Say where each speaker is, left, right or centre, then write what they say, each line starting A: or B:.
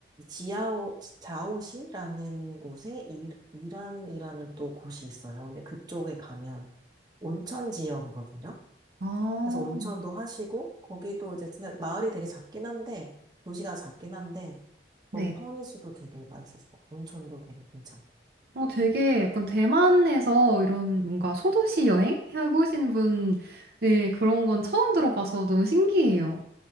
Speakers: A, on the right; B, on the right.
A: 지하오, 자오시라는 곳에 이, 이란이라는 또 곳이 있어요. 근데 그쪽에 가면 온천 지역이거든요.
B: 아,
A: 그래서 온천도 하시고, 거기도 이제 진짜 마을이 되게 작긴 한데, 도시가 작긴 한데,
B: 네.
A: 거기 펑리스도 되게 맛있었어요. 온천도 되게 괜찮고.
B: 어, 되게 약간 대만에서 이런 뭔가 소도시 여행 해보신 분, 네, 그런 건 처음 들어봐서 너무 신기해요.